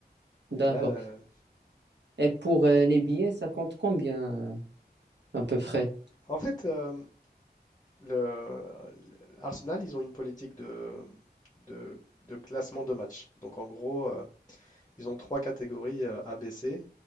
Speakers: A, on the right (about 80°); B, on the left (about 20°).
A: D'accord.
B: Et là, euh,
A: Et pour euh, les billets, ça compte combien euh, à peu près?
B: en fait, euh, le, le- Arsenal, ils ont une politique de, de, de classement de match. Donc, en gros, euh, ils ont trois catégories euh, ABC.